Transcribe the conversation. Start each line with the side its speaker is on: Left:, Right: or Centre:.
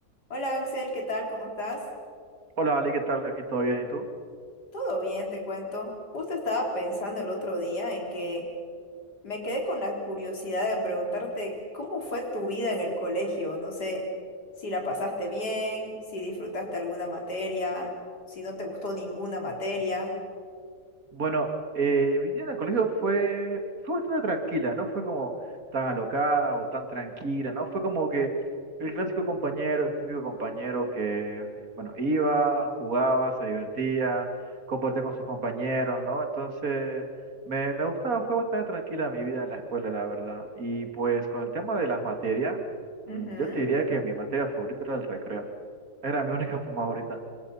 Left: Hola Axel, ¿qué tal? ¿Cómo estás?
Right: Hola, Ale, ¿qué tal? Aquí todo bien, ¿y tú?
Left: Todo bien, te cuento. Justo estaba pensando el otro día en que me quedé con la curiosidad de preguntarte cómo fue tu vida en el colegio. No sé si la pasaste bien, si disfrutaste alguna materia, si no te gustó ninguna materia.
Right: Bueno, eh, mi día en el colegio fue, fue bastante tranquila, no fue como tan alocada o tan tranquila, ¿no? Fue como que el clásico compañero, el típico compañero que, bueno, iba, jugaba, se divertía, compartía con sus compañeros, ¿no? Entonces, me, me gustaba, fue bastante tranquila mi vida en la escuela, la verdad. Y pues con el tema de las materias, mm,
Left: Ujú.
Right: yo te diría que mi materia favorita era el recreo. Era mi única <laughs> favorita.